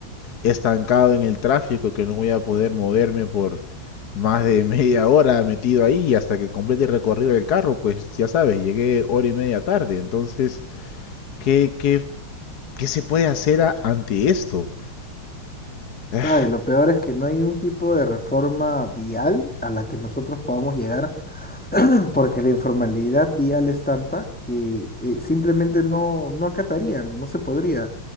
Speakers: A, on the left (about 55°); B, in the centre.
A: estancado en el tráfico, que no voy a poder moverme por más de <laughs> media hora metido ahí hasta que complete el recorrido del carro, pues ya sabes, llegué hora y media tarde. Entonces, ¿qué, qué, qué se puede hacer a- ante esto? <sighs>
B: Claro, y lo peor es que no hay un tipo de reforma vial a la que nosotros podamos llegar Porque la informalidad vial es tanta que eh, simplemente no, no acatarían, no se podría.